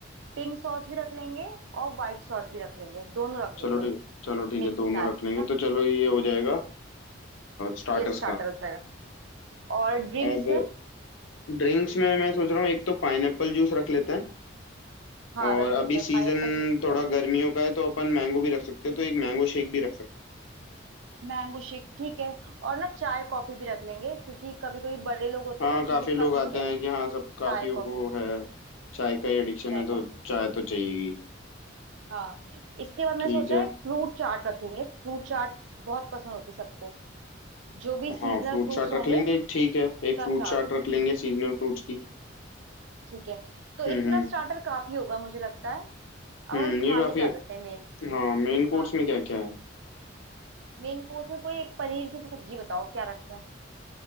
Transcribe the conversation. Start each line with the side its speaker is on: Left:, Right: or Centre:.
Right: पिंक सॉस भी रख लेंगे और व्हाइट सॉस भी रख लेंगे दोनों रख लेंगे
Left: चलो ठीक चलो ठीक
Right: मिक्स
Left: है दोनों
Right: मैच
Left: रख लेंगे
Right: है ना
Left: तो चलो ये हो जाएगा स्टार्टर्स
Right: ये स्टार्टर
Left: का
Right: हो जाएगा और ड्रिंक्स
Left: अब
Right: में
Left: ड्रिंक्स में मैं सोच रहा हूँ एक तो पाइनएप्पल जूस रख लेते हैं
Right: हाँ
Left: और
Right: रख
Left: अभी
Right: लेते
Left: सीजन
Right: हैं पाइनएप्पल जूस अच्छा
Left: थोड़ा
Right: रहेगा
Left: गर्मियों का है तो अपन मैंगो भी रख सकते हैं तो एक मैंगो शेक भी रख सकते हैं
Right: मैंगो शेक ठीक है और ना चाय कॉफी भी रख लेंगे क्योंकि कभी कभी बड़े लोग होते
Left: हाँ
Right: हैं ना
Left: काफी
Right: जूस
Left: लोग
Right: ना पी
Left: आते
Right: के
Left: हैं कि हाँ सब काफियों
Right: चाय कॉफी
Left: को है चाय का ही एडिक्शन
Right: चाय
Left: है तो
Right: कॉफी
Left: चाय तो चाहिए
Right: हाँ इसके बाद मैंने
Left: ठीक
Right: सोचा
Left: है
Right: है फ्रूट चाट रखेंगे फ्रूट चाट बहुत पसंद होती सबको जो भी सीजनल
Left: हाँ फ्रूट
Right: फ्रूट्स
Left: चाट
Right: होंगे
Left: रख लेंगे ठीक है
Right: उसका
Left: एक फ्रूट
Right: चाट
Left: चाट रख लेंगे सीजनल फ्रूट्स की
Right: ठीक है तो
Left: हम्म
Right: इतना
Left: हम्म
Right: स्टार्टर काफी होगा मुझे लगता है अब
Left: हम्म
Right: हम खाने
Left: ये काफी
Right: पे आ जाते हैं मेन
Left: हाँ मेन कोर्स
Right: हाँ
Left: में क्या क्या है
Right: मेन कोर्स में कोई एक पनीर की सब्जी बताओ क्या रखा है